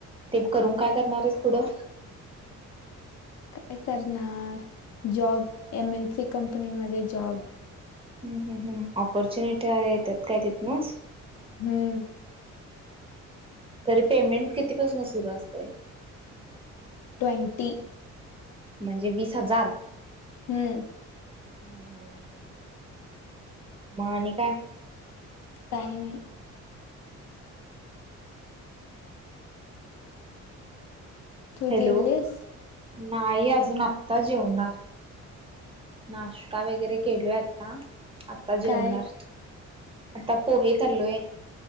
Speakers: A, on the right (about 20°); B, on the left (about 65°).
A: ते करून काय करणार आहेस? पुढं.
B: काय करणार, job. M N C company मध्ये जॉब.
A: हम् हम् हम्म आपॉर्च्युनिटी येतात काय,? तिथनच.
B: हम्म.
A: तरी पेमेंट कितीपासून सुरू असतय.?
B: ट्वेंटी.
A: म्हणजे वीस हज्जार.
B: हम्म.
A: हम ह ह ह मआणि काय?
B: काही नाही. तु
A: हॅलो
B: जेवलीस.?
A: नाही अजून, आत्ता जेवणार. नाश्ता वगैरे केलोय आत्ता. आता
B: काय
A: जेवणार. आता पोहे खाललोय.